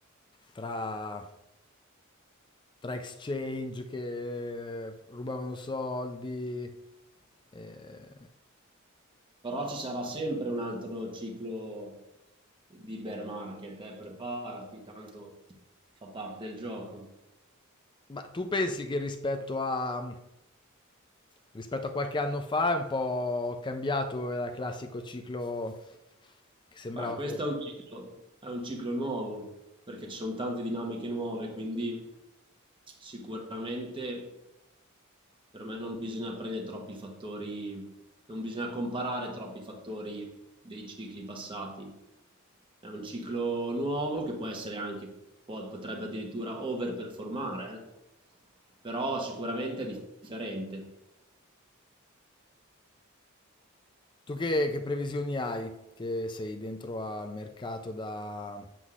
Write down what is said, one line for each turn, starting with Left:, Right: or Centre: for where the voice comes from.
Left: tra... tra exchange che rubavano soldi, eh,
Right: Però ci sarà sempre un altro ciclo di bear market, eh, preparati, tanto fa parte del gioco.
Left: Ma tu pensi che rispetto a, rispetto a qualche anno fa è un po' cambiato, era il classico ciclo che sembrava
Right: Beh, questo
Left: fosse.
Right: è un ciclo, è un ciclo nuovo, perché ci sono tante dinamiche nuove, quindi sicuramente per me non bisogna prendere troppi fattori, non bisogna comparare troppi fattori dei cicli passati. È un ciclo nuovo che può essere anche, può- potrebbe addirittura overperformare, eh, però sicuramente è differente.
Left: Tu che, che previsioni hai? Che sei dentro al mercato da...